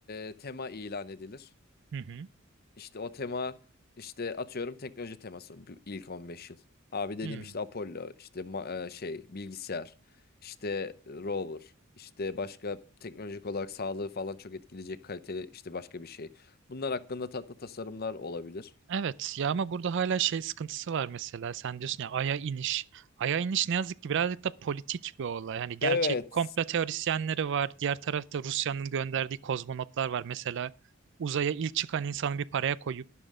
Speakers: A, on the left; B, on the right.
A: e, tema ilan edilir.
B: Hı hı.
A: İşte o tema işte atıyorum teknoloji teması bu ilk 15 yıl. Abi dediğim
B: Hı.
A: işte Apollo, işte ma- e, şey bilgisayar, işte rover, işte başka teknolojik olarak sağlığı falan çok etkileyecek kaliteli işte başka bir şey. Bunlar hakkında tatlı tasarımlar olabilir.
B: Evet ya ama burada hala şey sıkıntısı var mesela sen diyorsun ya Ay'a iniş. Ay'a iniş ne yazık ki birazcık da politik bir olay. Hani gerçek
A: Evet.
B: komplo teorisyenleri var. Diğer tarafta Rusya'nın gönderdiği kozmonotlar var. Mesela uzaya ilk çıkan insanı bir paraya koyup